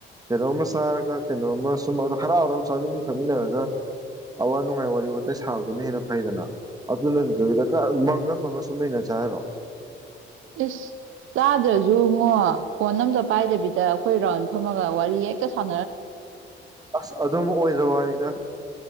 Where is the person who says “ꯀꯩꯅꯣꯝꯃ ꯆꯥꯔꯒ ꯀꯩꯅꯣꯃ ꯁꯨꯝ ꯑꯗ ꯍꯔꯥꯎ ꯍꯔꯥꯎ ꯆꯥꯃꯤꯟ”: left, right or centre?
Right